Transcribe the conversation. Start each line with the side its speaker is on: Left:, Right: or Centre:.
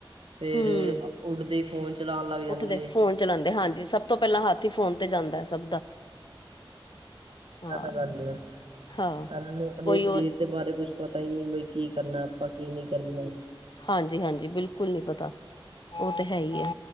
Right: ਫੇਰ
Left: ਹੂੰ,
Right: ਉੱਠਦੇ ਹੀ ਫੋਨ ਚਲਾਉਣ ਲੱਗ ਜਾਣਗੇ
Left: ਉੱਠਦੇ ਫੋਨ ਚਲਾਂਦੇ ਹਾਂਜੀ, ਸਭ ਤੋਂ ਪਹਿਲਾਂ ਹੱਥ ਈ ਫੋਨ ਤੇ ਜਾਂਦਾ। ਸਭ ਦਾ। ਹਾਂ
Right: ਐ ਤਾਂ ਗੱਲ ਏ।
Left: ਹਾਂ
Right: ਸਨੂੰ ਆਪਣੇ
Left: ਕੋਈ
Right: ਸਰੀਰ
Left: ਹੋਰ
Right: ਦੇ ਬਾਰੇ ਕੁਛ ਪਤਾ ਈ ਨਹੀਂ, ਬਈ ਕੀ ਕਰਨਾ ਆਪਾਂ ਕੀ ਨਹੀਂ ਕਰਨਾ।
Left: ਹਾਂਜੀ-ਹਾਂਜੀ ਬਿਲਕੁਲ ਨੀ ਪਤਾ, ਉਹ ਤੇ ਹੈ ਈ ਆ।